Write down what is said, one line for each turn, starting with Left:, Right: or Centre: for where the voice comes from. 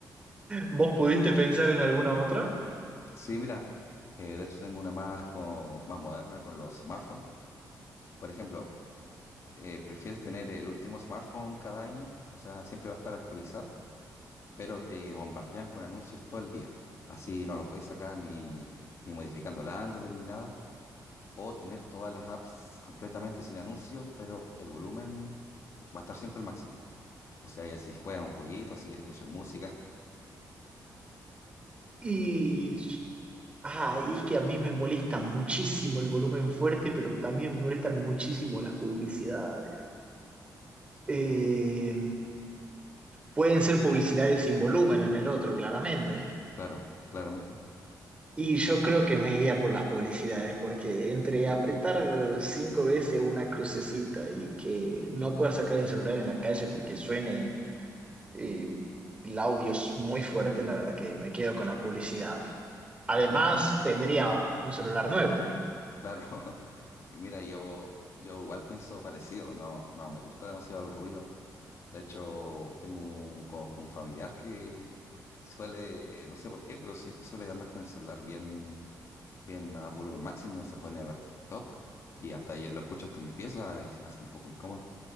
Right: ¿Vos pudiste pensar en alguna otra?
Left: Sí, mira, eh, de hecho tengo una más, co- más moderna con los smartphones. Por ejemplo, eh, ¿prefieres tener el último smartphone cada año? O sea, siempre va a estar actualizado, pero te bombardean con anuncios todo el día. Así no los puedes sacar ni, ni modificando el Android ni nada. O tener todas las apps completamente sin anuncios, pero el volumen va a estar siempre al máximo. O sea, ya si juegas un jueguito, si quieres escuchar música,
Right: Y Ah, y es que a mí me molesta muchísimo el volumen fuerte, pero también me molestan muchísimo las publicidades. Eh, pueden ser publicidades sin volumen en el otro, claramente.
Left: <laughs> claro, claramente.
Right: Y yo creo que me iría por las publicidades, porque entre apretar cinco veces una crucecita y que no pueda sacar el celular en la calle porque suene eh, el audio es muy fuerte, la verdad que me quedo con la publicidad. Además,
Left: Mm,
Right: tendría un celular nuevo.
Left: claro. <laughs> Y Mira, yo, yo igual pienso parecido, no, no me gusta demasiado el ruido. De hecho, tengo un, co- un familiar que suele, eh, no sé por qué, pero siempre suele andar con el celular bien, bien a volumen máximo, se pone a ver TikTok y hasta yo lo escucho hasta en mi pieza y se me hace un poco incómodo.